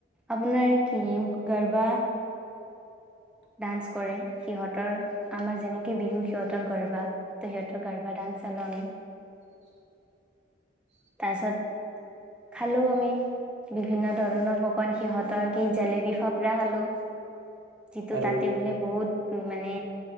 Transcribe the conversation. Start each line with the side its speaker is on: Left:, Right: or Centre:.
Centre: আপোনাৰ কি- গৰবা ডান্স কৰে সিহঁতৰ আমাৰ যেনেকে বিহু সিহঁতৰ গৰবা ত সিহঁতৰ গাৰ্বা ডান চালো আমি
Right: উ <inaudible>
Centre: তাৰপিছত খালো আমি বিভিন্ন ধৰণৰ পকান সিহঁতৰ কি জেলেবিী ফাপৰা খালো যিটো
Right: আৰু
Centre: তাতে বোলে বহুত- উ মানে